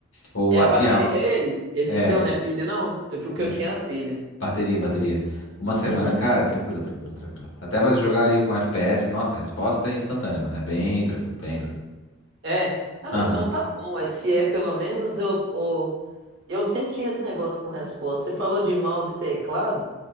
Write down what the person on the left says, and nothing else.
Ou
assim,
ah,
é.
hum,
Bateria, bateria. Uma semana,
cara, é tranquilo, é tranquilo, é tranquilo. Até pra jogar ali com FPS, nossa, a resposta é instantânea, mano. É bem tranquilo, bem tranquilo.
Aham.